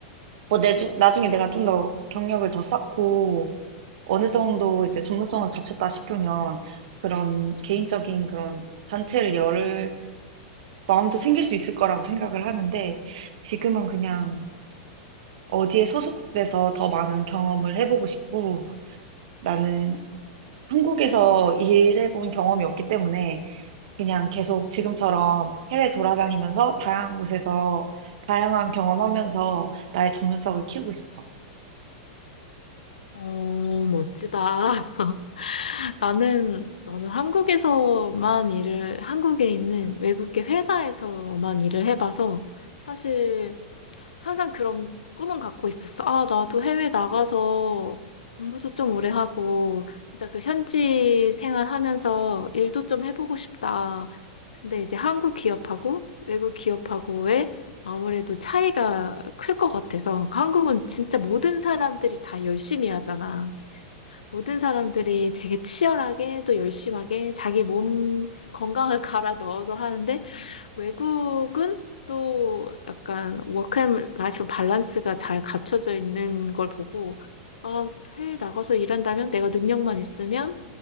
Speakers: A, on the right; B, on the left.
A: 뭐 내중, 나중에 내가 좀 더 경력을 더 쌓고 어느 정도 이제 전문성을 갖췄다 싶으면 그런 개인적인 그런 단체를 열 마음도 생길 수 있을 거라고 생각을 하는데 지금은 그냥 어디에 소속돼서 더 많은 경험을 해보고 싶고 나는 한국에서 일해본 경험이 없기 때문에 그냥 계속 지금처럼 해외 돌아다니면서 다양한 곳에서 다양한 경험하면서 나의 전문성을 키우고 싶어.
B: 어, 멋지다. <laughs> 나는, 나는 한국에서만 일을, 한국에 있는 외국계 회사에서만 일을 해봐서 사실 항상 그런 꿈은 갖고 있었어. 아, 나도 해외 나가서 공부도 좀 오래 하고, 진짜 그 현지 생활하면서 일도 좀 해보고 싶다. 근데 이제 한국 기업하고 외국 기업하고의 아무래도 차이가 클 것 같아서. 그 한국은 진짜 모든 사람들이 다 열심히 하잖아. 모든 사람들이 되게 치열하게 또 열심하게 자기 몸 건강을 <laughs> 갈아 넣어서 하는데, 외국은 또 약간 워크앤 라이프 밸런스가 잘 갖춰져 있는 걸 보고, 아, 해외 나가서 일한다면 내가 능력만 있으면,